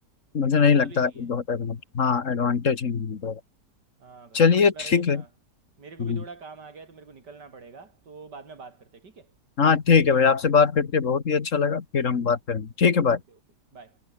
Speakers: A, on the left; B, on the right.
A: मुझे नहीं
B: मतलब
A: लगता
B: ही नहीं
A: कि
B: है
A: बहुत
B: हम्म,
A: एडवांटेज हाँ एडवांटेज ही नहीं होगा
B: हाँ भाई
A: चलिए
B: अभी भाई
A: ठीक
B: हाँ
A: है
B: मेरे
A: हम्म,
B: को भी थोड़ा काम आ गया है तो मेरे को निकलना पड़ेगा तो बाद में बात करते हैं ठीक है
A: हाँ ठीक है भाई आपसे बात करके बहुत ही अच्छा लगा फिर हम बात
B: हाँ,
A: करेंगे ठीक है भाई
B: ओके ओके बाय